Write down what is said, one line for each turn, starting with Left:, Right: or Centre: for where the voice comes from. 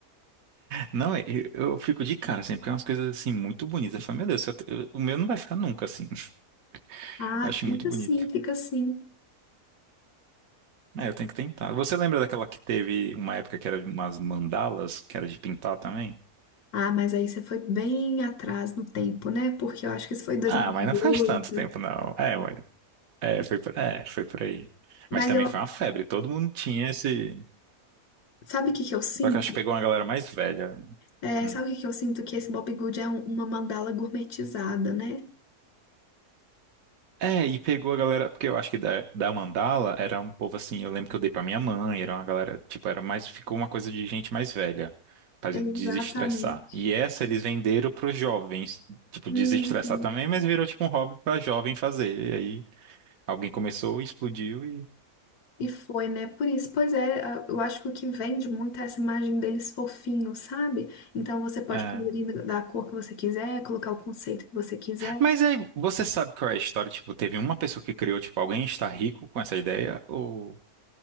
Right: Não, é- eu, eu fico de cara sempre, porque é umas coisas assim muito bonitas. Eu falo, meu Deus, se eu te- eu- o meu não vai ficar nunca assim. <laughs>
Left: Ah,
Right: Acho
Left: fica
Right: muito bonito.
Left: assim, fica assim.
Right: É, eu tenho que tentar. Você lembra daquela que teve uma época que era de umas mandalas, que era de pintar também?
Left: Ah, mas aí você foi bem atrás no tempo, né? Porque eu acho que isso foi 2018.
Right: Ah, mas não faz tanto tempo, não. É, mas, é, foi por, é, foi por aí.
Left: Mas
Right: Mas também
Left: eu,
Right: foi uma febre, todo mundo tinha esse.
Left: sabe o que que eu sinto?
Right: Só que eu acho que pegou uma galera mais velha. né?
Left: É,
Right: Hum.
Left: sabe o que que eu sinto? Que esse Bob Good é um- uma mandala gourmetizada, né?
Right: É, e pegou a galera, porque eu acho que da, da Mandala era um povo assim, eu lembro que eu dei pra minha mãe, era uma galera, tipo, era mais, ficou uma coisa de gente mais velha, pra desestressar.
Left: Exatamente.
Right: E essa eles venderam pros jovens, tipo,
Left: Uhum.
Right: desestressar também, mas virou tipo um hobby pra jovem fazer. E aí alguém começou, explodiu e.
Left: E foi, né? Por isso, pois é, a- eu acho que o que vende muito é essa imagem deles fofinhos, sabe? Então você pode
Right: É.
Left: colorir da da cor que você quiser, colocar o conceito que você quiser.
Right: Mas aí, você sabe qual é a história? Tipo, teve uma pessoa que criou, tipo, alguém está rico com essa ideia? Ou.